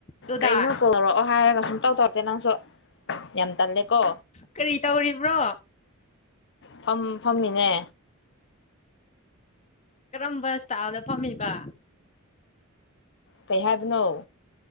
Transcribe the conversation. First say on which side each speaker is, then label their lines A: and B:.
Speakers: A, on the left; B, on the left.
A: ꯆꯨꯗꯥ
B: ꯀꯩꯅꯣ ꯀꯣꯜꯔꯛꯑꯣ ꯍꯥꯏꯔꯒ ꯁꯨꯡꯇꯧ ꯇꯧꯇꯦ ꯅꯪꯁꯨ ꯌꯥꯝ ꯇꯜꯂꯦꯀꯣ
A: ꯀꯔꯤ ꯇꯧꯔꯤꯕ꯭ꯔꯣ
B: ꯐꯝ ꯐꯝꯃꯤꯅꯦ
A: ꯀꯔꯝꯕ ꯏꯁꯇꯥꯥꯏꯜꯗ ꯐꯝꯃꯤꯕ
B: ꯀꯩ ꯍꯥꯏꯕꯅꯣ